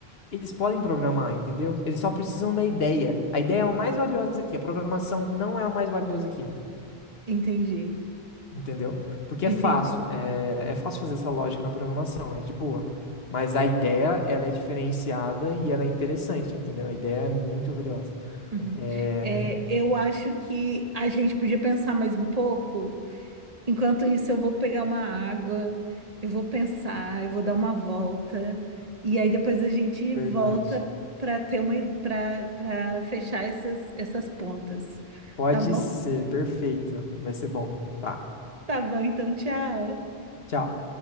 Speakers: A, on the left (about 75°); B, on the right (about 40°).
A: eles podem programar, entendeu? Eles só precisam da ideia. A ideia é o mais valioso aqui, a programação não é o mais valioso aqui,
B: Entendi,
A: entendeu? Porque
B: entendi.
A: é fácil, é, é fácil fazer essa lógica na programação, é de boa. Mas a ideia, ela é diferenciada e ela é interessante, entendeu? A ideia é muito valiosa.
B: Uhum.
A: É
B: É, eu acho que a gente podia pensar mais um pouco. Enquanto isso, eu vou pegar uma água, eu vou pensar, eu vou dar uma volta, e aí depois a gente
A: verdade.
B: volta para ter uma para para fechar essas essas pontas.
A: Pode
B: Tá bom?
A: ser, perfeito. Vai ser bom. Tá.
B: Tá bom, então tchau.
A: Tchau.